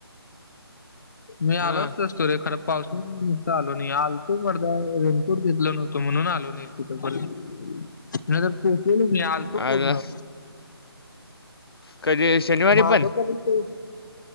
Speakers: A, on the left; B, on the left.
A: मी
B: हां
A: आलोच स खराब पावस नस आलो नाही आल तो मदा रेनकोट घेतल नव्हतो म्हणून आलो नाही त नाही तर पोहोचल मी आलतो
B: आला
A: पूर्ण
B: कधी शनिवारी
A: माझं
B: पण
A: पर्यंतंत